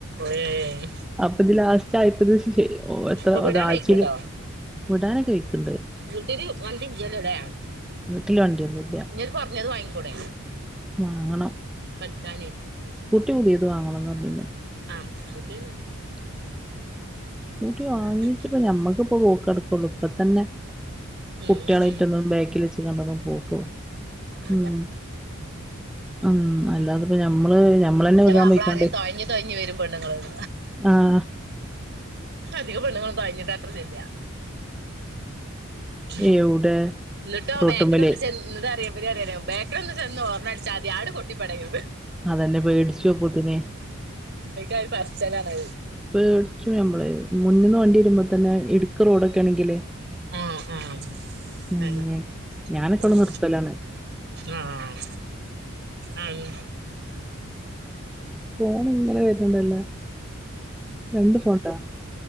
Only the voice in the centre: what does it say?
അപ്പൊ ഇത് ലാസ്റ്റ് ആയിപ്പത് എത്ര
ആഴ്ച്ചെല്
വിടാനൊക്കെഴ്ക്ക്ണ്ട്
വീട്ടില് വണ്ടിയൊന്നുംല്ല
വാങ്ങണം
പുട്ടി പുതിയത് വാങ്ങണംന്ന് പറഞ്ഞിന്
കൂട്ടി വാങ്ങിട്ടപ്പം
ഞമ്മക്കിപ്പൊ പോക്ക് നടക്കുള്ളൂ ഇപ്പ തന്നെ
കുട്ടിയളാറ്റൊന്നും
ബാക്കിൽ വച്ച് കണ്ടൊന്നും പോക്ക്
ഉം ഉം അല്ലാതിപ്പോ ഞമ്മള് ഞമ്മളന്നെ
വികാൻ
പോയിക്കാണ്ടേ
ആഹ്
എവിടെ
റോട്ടുമ്മല്
അതന്നെ പേടിച്ചു അപ്പോത്തിന്
പേട്ച്ചും ഞമ്മളെയ്. മുന്നിന്ന് വണ്ടി വരുമ്പോ തന്നെ ഇടുക്ക് റോഡൊക്കേണെങ്കില്
ഉം
ഞാനെപ്പളും
നിർത്തലാണ്
ഫോണ്ങ്ങനെ വര്ന്ണ്ടല്ലോ. രണ്ട് ഫോൺ ണ്ടാ